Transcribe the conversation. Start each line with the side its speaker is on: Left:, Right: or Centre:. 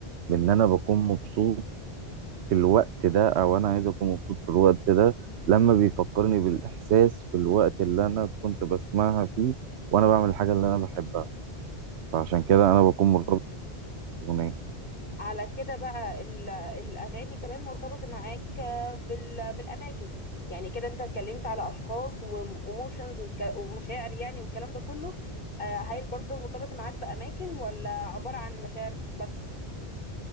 Right: بان انا بكون مبسوط في الوقت ده او انا عايز اكون مبسوط في الوقت ده لما بيفكرني بالاحساس في الوقت اللي انا كنت بسمعها فيه وانا بعمل الحاجه اللي انا بحبها فعشان كده انا بكون مرتبط بالاغنيه
Left: على كده بقى ال- الأغاني كمان مرتبطة معاك آه، بال- بالأماكن يعني كده أنت اتكلمت على أشخاص وإيموشنز ومشاعر يعني والكلام ده كله آه، هل برضه مرتبطة معاك بأماكن ولا عبارة عن مشاعر بس